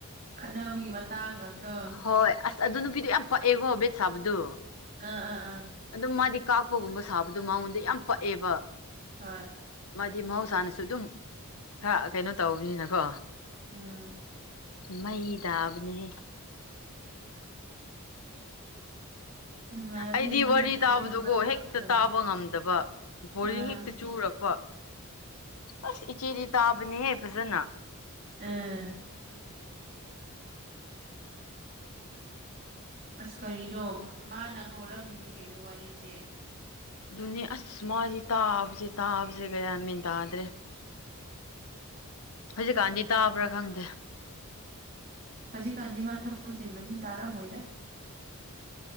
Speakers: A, on the right (about 40°); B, on the left (about 80°).
A: ꯈꯠꯅꯕꯒꯤ ꯃꯇꯥꯡ ꯉꯥꯛꯇ
B: ꯍꯣꯏ ꯑꯁ ꯑꯗꯨ ꯅꯨꯄꯤꯗꯨ ꯌꯥꯝ ꯄꯛꯑꯦꯀꯣ ꯕꯦꯠ ꯁꯥꯕꯗꯣ
A: ꯑꯥ ꯑꯥ ꯑꯥ
B: ꯑꯗꯨꯝ ꯃꯥꯗꯤ ꯀꯥꯛꯄꯒꯨꯝꯕ ꯁꯥꯕꯗꯣ ꯃꯉꯣꯟꯗ ꯌꯥꯝ ꯄꯛꯑꯦꯕ
A: ꯍꯣꯏ
B: ꯃꯥꯗꯤ ꯃꯍꯧꯁꯥꯅꯁꯨ ꯑꯗꯨꯝ ꯈꯔ ꯀꯩꯅꯣ ꯇꯧꯕꯅꯤꯅꯀꯣ
A: ꯎꯨꯝ
B: ꯃꯩ ꯇꯥꯕꯅꯤꯍ
A: <unintelligible> ꯅꯨꯡꯉꯥꯏꯕꯅꯤꯅꯦ
B: ꯑꯩꯗꯤ
A: ꯃꯣꯏ
B: ꯋꯥꯔꯤ
A: ꯇ꯭ꯔꯦꯂꯔꯒꯨꯝꯕ
B: ꯇꯥꯕꯗꯨꯒꯣ
A: ꯊꯥꯔꯛꯄ
B: ꯍꯦꯛꯇ
A: ꯀꯥꯟꯗ
B: ꯇꯥꯕ ꯉꯝꯗꯕ ꯕꯣꯔꯤꯡ
A: ꯑꯥ
B: ꯍꯦꯛꯇ ꯆꯨꯔꯛꯄ ꯑꯁ ꯏꯆꯦꯗꯤ ꯇꯥꯕꯅꯤꯍꯦ ꯐꯖꯅ
A: ꯑꯥ ꯑꯁ ꯀꯔꯤꯅꯣ ꯃꯥꯅ ꯍꯧꯔꯝꯃꯤꯅꯤ ꯀꯩꯅꯣ ꯋꯥꯔꯤꯁꯦ
B: ꯑꯗꯨꯅꯦ ꯑꯁ ꯃꯥꯗꯤ ꯇꯥꯕꯁꯦ ꯇꯥꯕꯁꯦ ꯀꯌꯥ ꯃꯦꯟ ꯇꯥꯗ꯭ꯔꯦ ꯍꯧꯖꯤꯛꯀꯥꯟꯗꯤ ꯇꯥꯕ꯭ꯔꯥ ꯈꯪꯗꯦ
A: ꯍꯧꯖꯤꯛ ꯀꯥꯟꯗꯤ ꯃꯥ ꯊꯕꯛꯁꯤꯟꯕꯅꯤ ꯇꯥꯔꯝꯣꯏꯅ